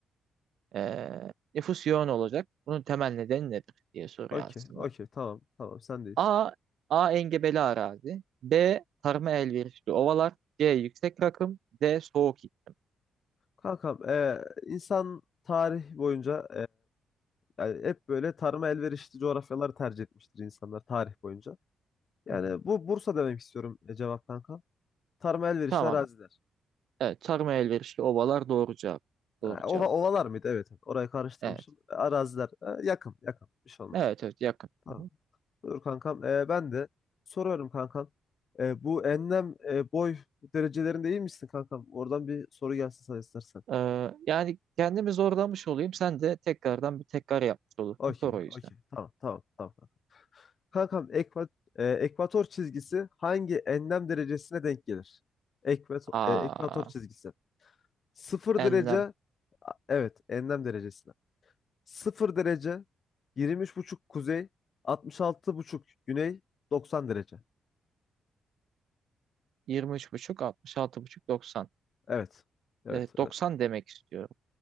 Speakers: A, on the right; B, on the left.
A: Ee, nüfus yoğun olacak. Bunun temel nedeni nedir diye soruyor
B: Okey.
A: aslında.
B: Okey. Tamam. Tamam. Sendeyiz.
A: A. A. Engebeli arazi. B. Tarıma elverişli ovalar. C. Yüksek rakım. D. Soğuk iklim.
B: Kankam, e, insan tarih boyunca e, yani hep böyle tarıma elverişli coğrafyaları tercih etmiştir insanlar tarih boyunca. Yani
A: Hı hı.
B: bu Bursa demek istiyorum e, cevap kanka. Tarıma elverişli
A: Tamam.
B: araziler.
A: Evet. Tarıma elverişli ovalar doğru cevap. Doğru
B: Ha,
A: cevap.
B: ova, ovalar mıydı? Evet. evet. Orayı karıştırmışım.
A: Evet.
B: E, Araziler. E, yakın, yakın. Bir şey olmaz.
A: Evet evet yakın.
B: Tamam.
A: Hı hı.
B: Buyur kankam. E, ben de soruyorum kankam. E, bu enlem e, boy derecelerinde iyi misin kankam? Oradan bir soru gelsin sana istersen.
A: Ee, yani kendimi zorlamış olayım. Sen de tekrardan bir tekrar yapmış olursun.
B: Okey,
A: Sor o yüzden.
B: okey. Tamam, tamam, tamam. Kankam ekva- e, ekvator çizgisi hangi enlem derecesine denk gelir? Ekvator,
A: Aa,
B: ekvator çizgisi. Sıfır
A: enlem.
B: derece, a- evet enlem derecesine. Sıfır derece, yirmi üç buçuk kuzey, altmış altı buçuk güney, 90 derece.
A: 23,5, buçuk, 90.
B: Evet, evet,
A: Evet, 90
B: evet.
A: demek istiyorum.